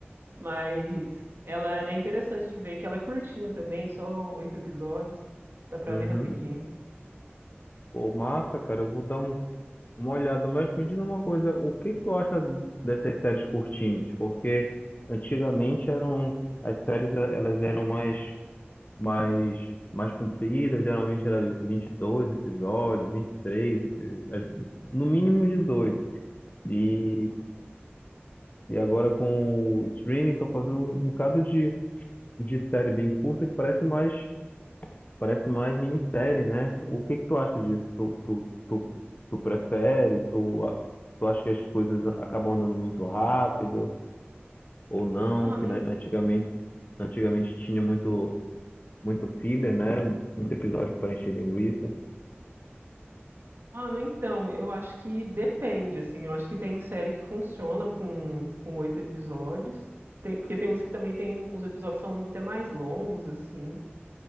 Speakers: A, on the right; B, on the left.
A: Mas ela é interessante de ver que ela é curtinha também, só oito episódios, dá pra
B: uhum.
A: ver rapidinho.
B: Pô, massa, cara, eu vou dar um, uma olhada, mas me diz uma coisa, o que que tu acha dessas séries curtinhas? Porque antigamente eram, as séries, eh, elas eram mais, mais, mais compridas, geralmente era 22 episódios, 23, eh, as- no mínimo 18 e, e agora com o streaming estão fazendo um bocado de, de série bem curta que parece mais Parece mais minissérie, né? O que que tu acha disso? Tu, tu, tu, tu prefere? Tu, a- tu acha que as coisas acabam andando muito rápido ou não?
A: Mano,
B: Que né, antigamente, antigamente tinha muito, muito filler, né? Muito episódio para encher linguiça.
A: Mano, então, eu acho que depende, assim, eu acho que tem série que funciona com com oito episódios, tem, porque tem umas que também tem, os episódios são até mais longos, assim,